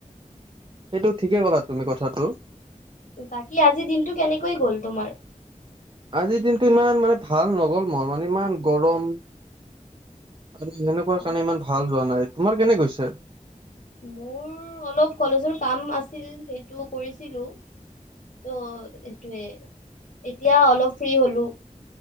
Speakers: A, on the right; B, on the left.
A: সেইটো ঠিকে ক'লা তুমি কথাটো
B: বাকী আজিৰ দিনটো কেনেকৈ গ'ল তোমাৰ
A: আজিৰ দিনটো ইমান মানে ভাল নগ'ল মোৰ মানে ইমান গৰম আৰু সেনেকুৱা
B: অ
A: কাৰণে ইমান ভাল যোৱা নাই তোমাৰ কেনে কৈছে
B: মোৰ অলপ কলেজৰ কাম আছিল সেইটো কৰিছিলো ত' সেইটোৱে এতিয়া অলপ ফ্ৰী হলো